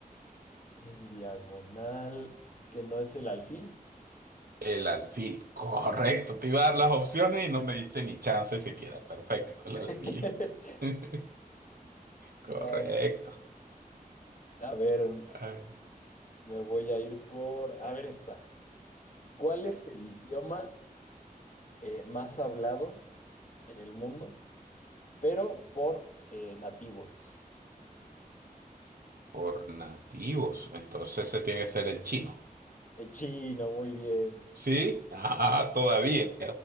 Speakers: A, on the left; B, on the right.
A: En diagonal, que no es el alfil.
B: El alfil. Correcto, te iba a dar las opciones y no me diste ni chance siquiera. Perfecto, el
A: <laughs>
B: alfil. <laughs> Correcto.
A: A ver, a ver,
B: Ajá.
A: me voy a ir por... A ver, está. ¿Cuál es el idioma? eh, más hablado en el mundo, pero por eh, nativos.
B: Por nativos, entonces se tiene que ser el chino.
A: El chino, muy bien.
B: ¿Sí? Ah, todavía.